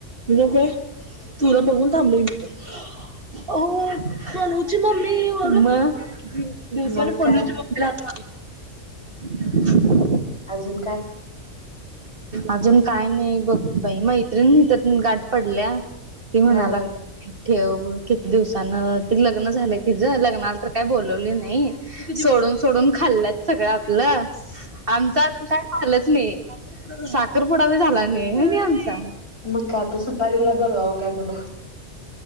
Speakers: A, on the right; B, on the left.
A: मी लकोय तुला बघून थांबलय मी ते हो खणची ममी होम दिवसाने
B: मग
A: पू
B: काय
A: राहत म
B: अजून काय
A: अजून काय नाही बघ बाई मैत्रीण नाही तर गाठ पडल्या त म्हणालाग
B: हा
A: ठेव किती दिवसान त लग्न झालंय तिझं लग्नाला तर काय बोलवली नाही सोडून सोडून खाल्ल्यात सगळं आपलं आमचा काही झालंच नाही साखरपुडा ब झाला नाही नाही आमचा
B: मग का आता सुपारीला बरवं काय म्हण